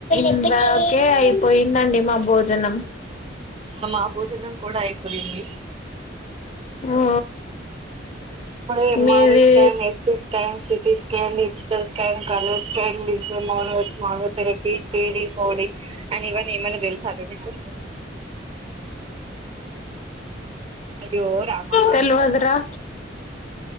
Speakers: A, on the left; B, on the right.
A: ఇందాకే అయిపోయిందండి మా భోజనం
B: ఆ మా భోజనం కూడా అయిపోయింది
A: ఓ
B: ఇప్పుడు ఎంఆర్ఐ
A: మీది
B: scan a scan CT scan digital scan can caller scan digital మో తెరపీ తేడి పోడి అండ్ ఇవన్నీ ఏమన్నా తెలుసా అండి మీకు అయ్యో రామా
A: తెలవదు రా